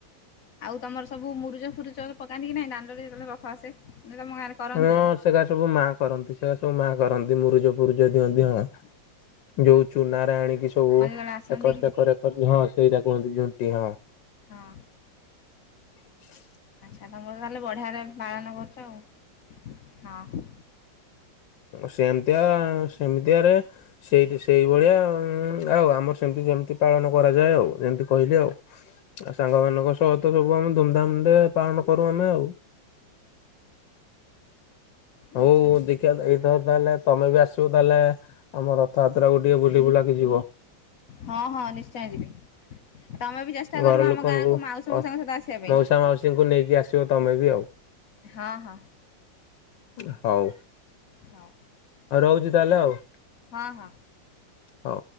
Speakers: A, on the left (about 55°); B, on the left (about 75°).
A: ଆଉ ତମର ସବୁ ମୁରୁଚ ଫୁରୁଚ ପକାନ୍ତି କି ନାଇଁ ଦାଣ୍ଡରେ ଯେତେବେଳେ ରଥ ଆସେ। ନା ତମ ଗାଁରେ କରନ୍ତିନି?
B: ହଁ ସେଗା ସବୁ ମା କରନ୍ତି ସେରା ସବୁ ମା କରନ୍ତି ମୁରୁଜ ପୁରୁଜ ଦିଅନ୍ତି ହଁ ଯୋଉ ଚୁନାରେ ଆଣି ସବୁ
A: ହଁ ଆପଣ ଯେତେବେଳେ ଆସନ୍ତି
B: ଏକର ସେକର ଏକର ହଁ ସେଇଟା କୁହନ୍ତି ଝୋଟି ହଁ।
A: ହଁ।
B: ହଁ।
A: ଆଚ୍ଛା ତମର ତାହେଲେ ବଢିଆରେ ପାଳନ କରୁଛ ଆଉ ହଁ।
B: ସେମତିଆ ସେମିତିଆରେ ସେ ସେଇଭଳିଆ ଆଉ ଆମର ସେମିତି ସେମିତି ପାଳନ କରାଯାଏ ଆଉ ଯେମିତି କହିଲି ଆଉ ସାଙ୍ଗ ମାନଙ୍କ ସହିତ ସବୁ ଆମେ ଧୁମଧାମରେ ପାଳନ କରୁ ଆମେ ଆଉ। ହଉ
A: ଆଚ୍ଛା
B: ଦେଖିବା ଏଇଥର ତାହେଲେ ତମେ ବି ଆସିବ ତାହେଲେ ଆମ ରଥଯାତ୍ରାକୁୁ ଟିକେ ବୁଲି ବୁଲାକି ଯିବ।
A: ହଁ ହଁ ନିଶ୍ଚୟ ଯିବି। ତମେ ବି ଚେଷ୍ଟା
B: ଘର
A: କରିବ
B: ଲୋକଙ୍କୁ
A: ଆମ ଗାଁକୁ ମାଉସୀ ମଉସାଙ୍କ
B: ଅ
A: ସହିତ ଆସିବା ପାଇଁ।
B: ମାଉସା ମାଉସୀଙ୍କୁ ନେଇକି ଆସିବ ତମେ ବି ଆଉ
A: ହଁ ହଁ
B: ହଉ।
A: ହଉ
B: ଆଉ ରହୁଛି ତାହେଲେ ଆଉ।
A: ହଁ ହଁ।
B: ହଉ।